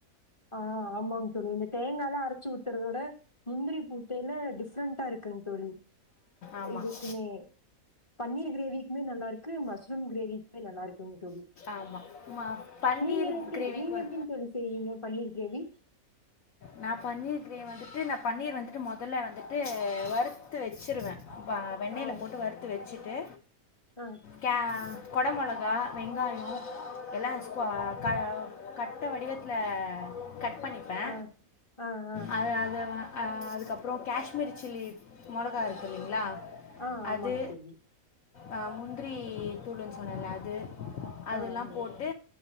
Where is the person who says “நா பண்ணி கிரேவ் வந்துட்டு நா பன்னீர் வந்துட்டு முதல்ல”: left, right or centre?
Left